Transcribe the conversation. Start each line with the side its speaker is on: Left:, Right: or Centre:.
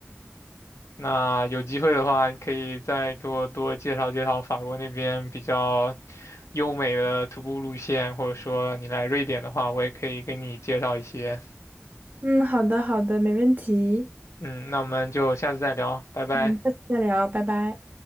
Left: 那有机会的话，你可以再给我多介绍介绍法国那边比较优美的徒步路线，或者说你来瑞典的话，我也可以给你介绍一些。
Right: 嗯，好的，好的，没问题。
Left: 嗯，那我们就下次再聊，拜拜。
Right: 嗯，下次再聊，拜拜。